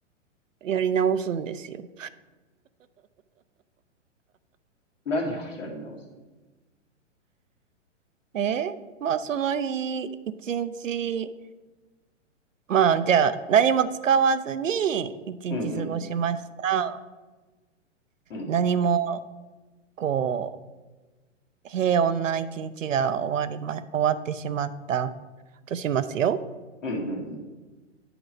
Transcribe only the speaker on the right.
やり直すんですよ。
えーまあ、その日、一日、まあ、じゃあ、何も使わずに、一日過ごしました。
何も、こう、平穏な一日が終わりま、終わってしまったとしますよ。